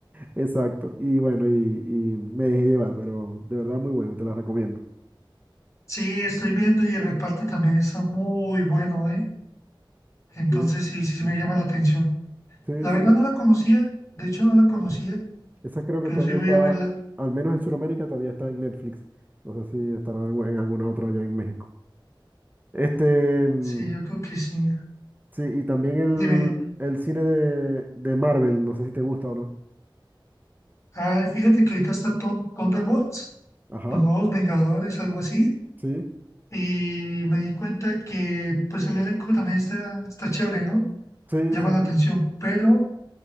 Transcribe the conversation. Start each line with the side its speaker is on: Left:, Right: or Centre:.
Right: Exacto. Y bueno, y, y me dejé llevar, pero de verdad muy bueno, te la recomiendo.
Left: Sí, estoy viendo y el reparto también está muy bueno, ¿eh? Entonces
Right: Sí,
Left: sí, sí, sí me llama la atención.
Right: sí,
Left: La
Right: sí.
Left: verdad no la conocía, de hecho no la conocía,
Right: Esa creo
Left: pero
Right: que todavía
Left: sí voy
Right: está,
Left: a verla.
Right: al menos en Sudamérica, todavía está en Netflix. No sé si estará en, en alguna otra allá en México. Este, mm,
Left: Sí, yo creo que sí.
Right: sí, y también el,
Left: Dime,
Right: el cine de, de Marvel, no sé si te gusta o no.
Left: ah, fíjate que ahorita está Thun- Thunderbolts,
Right: Ajá,
Left: los nuevos Vengadores, algo así,
Right: sí,
Left: y me di cuenta que pues el elenco también está, está chévere, ¿no?
Right: sí,
Left: Llama
Right: sí.
Left: la atención, pero